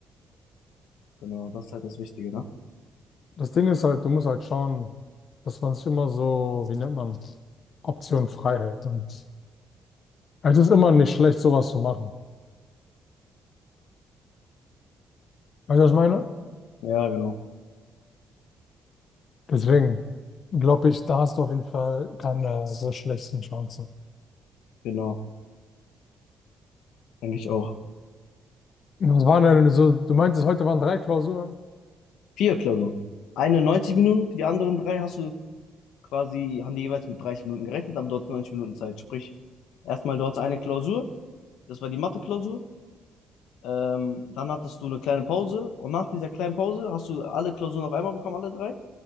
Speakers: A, on the left (about 80°); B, on the left (about 55°).
A: Genau, das ist halt das Wichtige, ne?
B: Das Ding ist halt, du musst halt schauen, dass man sich immer so, wie nennt man, Option frei hält. Und es ist immer nicht schlecht, sowas zu machen. Weißt du, was ich meine?
A: Ja, genau.
B: Deswegen glaube ich, da hast du auf jeden Fall keine so schlechten Chancen.
A: Genau. Denke ich auch.
B: Und Was waren denn so, du meintest, heute waren drei Klausuren.
A: Vier Klausuren. Eine 90 Minuten, für die anderen drei hast du quasi, haben die jeweils mit 30 Minuten gerechnet, aber du hattest 90 Minuten Zeit. Sprich, erstmal du hattest eine Klausur, das war die Mathe-Klausur. Ähm, dann hattest du eine kleine Pause und nach dieser kleinen Pause hast du alle Klausuren auf einmal bekommen, alle drei,